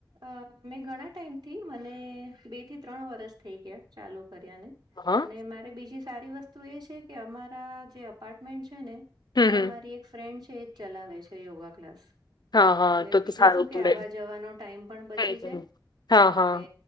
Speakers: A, on the right; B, on the left.
A: અ મેં ઘણા ટાઈમ થી મને બે થી ત્રણ વરસ થઈ ગયા ચાલુ કર્યા ને
B: હા
A: અને મારે બીજી સારી વસ્તુ એ છે કે અમારા જે અપાર્ટમેન્ટ છે ને
B: હમ
A: એમાં
B: હમ
A: મારી એક ફ્રેન્ડ છે એજ ચલાવે છે યોગા ક્લાસ
B: હા હા
A: એટલે
B: તો
A: બીજું
B: તો સારું
A: શું કે
B: પડે
A: આવા જવાનો ટાઈમ પણ બચી
B: હમ
A: જાય
B: હમ હા હા
A: અને